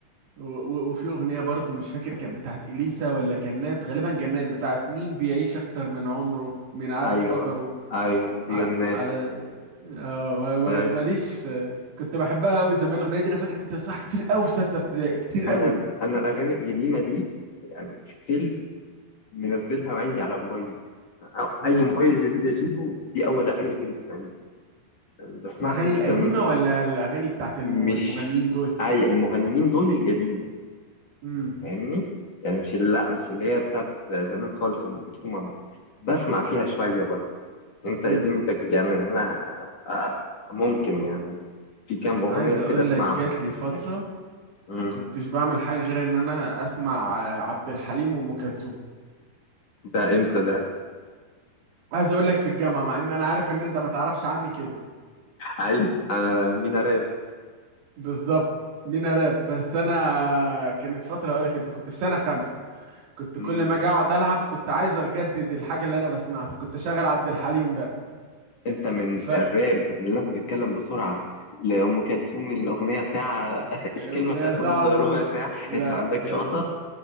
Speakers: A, on the right (about 80°); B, on the left (about 50°).
A: و- و- وفي أغنية برضو مش فاكر كانت بتاعت إليسا ولا جنات غالبا جنات بتاعت مين بيعيش أكتر من عمره من عارف
B: ايوه
A: قدره
B: ايوه دي
A: على
B: جنات
A: على آه، ما- ما-
B: طيب.
A: ماليش آه، كنت بحبها قوي زمان الاغنيه دي انا فاكر كنت بسمعها كتير قوي في سته ابتدائي كتير
B: انا
A: قوي
B: انا الاغاني القديمه دي يعني ستيل منزلها وعندي على موبايلي أو-
A: امم
B: اي موبايل جديد اجيبه دي اول اغاني تنزل عندي يعني بسمعها
A: الاغاني
B: من
A: القديمه
B: زمان
A: ولا الاغاني بتاعت الم-
B: مش
A: المغنيين دول
B: اي المغنيين دول القديم
A: امم
B: فاهمني يعني مش لا مش اللي هي بتاعت زمان خالص ام كلثوم عبد الحليم. بسمع فيها شويه برضه انت
A: امم
B: ايه دنيتك يعني انا آه، ممكن يعني في كام اغنيه
A: عايز اقول
B: كده اسمعهم
A: لك جات لي فتره
B: أيوة. مم.
A: كنتش بعمل حاجه غير ان انا اسمع آه، عبد الحليم وام كلثوم
B: ده امتى ده
A: عايز اقول لك في الجامعه مع ان انا عارف ان انت ما تعرفش عني كده
B: ايوه انا مينا راب
A: بالظبط مين انا بس انا آه، كانت فتره اقول لك انت كنت في سنه خمسه كنت
B: مم.
A: كل ما اجي اقعد العب كنت عايز اجدد الحاجه اللي انا بسمعها فكنت شغال عبد الحليم بقى
B: انت من
A: ف
B: الراب الناس بتتكلم بسرعه لأم كلثوم الأغنية ساعة
A: اغنيه
B: <laughs> الكلمة بتاخد
A: ساعه
B: ربع
A: ونص
B: ساعة
A: لا
B: أنت ما عندكش
A: لا
B: وسط؟